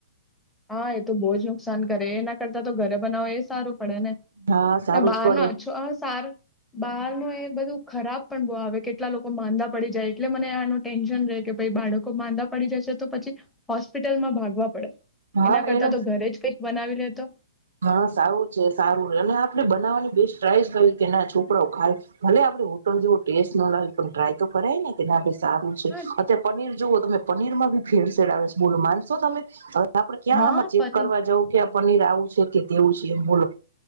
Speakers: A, in the centre; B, on the right (about 80°).
A: હા એ તો બો જ નુકસાન કરે એના કરતા તો ઘરે બનાવો એ સારું પડે
B: હા સારું
A: ને બહારનોછો
B: જ પડે
A: સાર બહાર નો એ <unintelligible> બધું ખરાબ પણ બો આવે કેટલા લોકો માંદા પડી જાય એટલે મને આનું ટેન્શન રેય કે ભાઈ બાળકો માંદા પડી જશે છે તો પછી હોસ્પિટલમાં ભાગવા પડે
B: હા
A: એના કરતા
B: એને
A: તો ઘરે જ કઈક બનાવી લેય તો
B: હા સારું છે સારું રેર અને આપડે બનાવવાની બેસ્ટ ટ્રાઈ કરી કે ના છોકરાઓ ખાય ભલે આપડે હોટલ જેવો ટેસ્ટ ન લાગે પણ ટ્રાય તો કરાય ને કે સારું છે
A: હા
B: અત્યારે પનીર જુઓ તમે પનીરમાં ભી ભેળસેળ આવે છે બોલો માનશો તમે અવે આપડણે ક્યાં
A: હા
B: આમાં ચેક
A: પનીર
B: કરવા જવં કે પનીર આવું છે કે તેવુ છે એમ બોલો